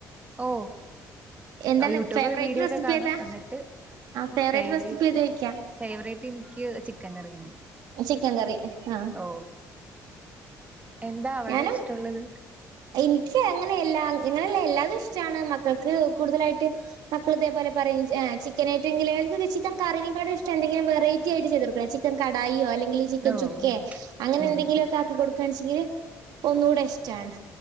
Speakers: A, on the right; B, on the right.
A: ഓ
B: എന്താണ്
A: യൂട്യൂബ്
B: ഫേവറേറ്റ്
A: വീഡിയോ
B: റെസിപ്പി
A: ഒക്കെ കാണും
B: ഏതാ
A: എന്നിട്ട്
B: ഫേവറേറ്റ്
A: ഫേവറിറ്റ്
B: റെസിപ്പി ഏതാ ചോയിക്കാ
A: ഫേവറേറ്റ് എനിക്ക് ചിക്കൻ കറിയാണ്
B: ചിക്കൻ കറി ആഹ്
A: ഓ എന്താ അവിടെ
B: ഞാനും
A: ഇഷ്ടമുള്ളത്
B: എനിക്ക് അങ്ങനെയെല്ലാം അ ങ്ങനെയല്ല എല്ലാതും ഇഷ്ടമാണ് മക്കൾക്ക് കൂടുതലായിട്ട് മക്കള് ഇതേ പോലെ പറയും ചിക്കനായിട്ടെന്തെങ്കിലും ഓൽക്കൊക്കെ ചിക്കൻ കറിനെക്കാളും ഇഷ്ടം എന്തെങ്കിലും വെറൈറ്റി ആയിട്ട് ചെയ്ത് കൊടുക്കണം ചി ചിക്കൻ കടായിയോ അല്ലെങ്കിൽ ചിക്കൻ
A: ഓ
B: ചുക്കെ അങ്ങനെ
A: ഉം
B: എന്തെങ്കിലുമൊക്കെ
A: ഉം
B: ആക്കി കൊടുക്കുകയാണെച്ചെങ്കില് ഒന്നൂടെ ഇഷ്ടാണ്